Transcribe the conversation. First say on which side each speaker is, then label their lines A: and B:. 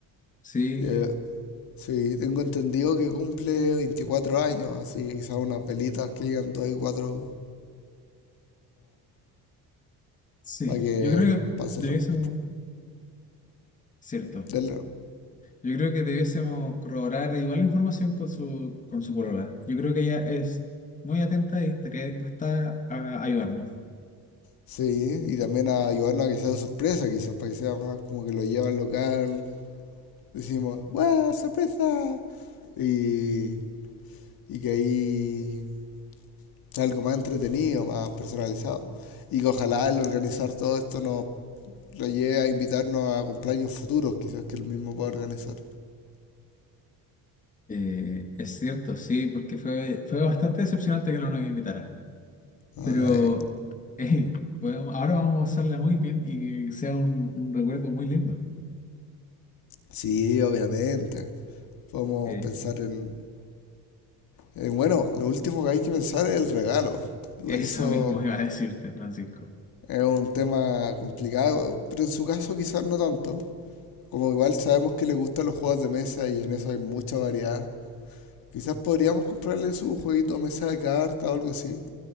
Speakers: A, on the left; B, on the left.
A: Sí,
B: Eh, Sí, tengo entendido que cumple 24 años, así quizás unas velitas que digan 2 y 4
A: Sí,
B: para que
A: yo creo que
B: pásenlo,
A: debiésemos, cierto,
B: denle.
A: yo creo que debiésemos corroborar igual la información con su, con su polola. Yo creo que ella es muy atenta y estaría dispuesta a ayudarnos.
B: Sí, y también a ayudarnos a que sea sorpresa, quizás, para que sea más como que lo lleva al local, decimos, ¡guau, sorpresa! Y, y que ahí sea algo más entretenido, más personalizado. Y que ojalá el organizar todo esto nos lo lleve a invitarnos a cumpleaños futuros, quizás que él mismo pueda organizar.
A: Eh, es cierto, sí, porque fue, fue bastante decepcionante que no nos invitara.
B: Ah,
A: Pero,
B: eh.
A: <laughs> hey, podemos- ahora vamos a hacerla muy bien y que sea un, un recuerdo muy lindo.
B: Sí, obviamente. Podemos
A: Eh,
B: pensar en, en, bueno, lo último que hay que pensar es el regalo. Igual
A: eso
B: eso
A: mismo iba a decirte, Francisco.
B: es un tema complicado, pero en su caso quizás no tanto. Como igual sabemos que le gustan los juegos de mesa y en eso hay mucha variedad. Quizás podríamos comprarle su jueguito de mesa de cartas o algo así.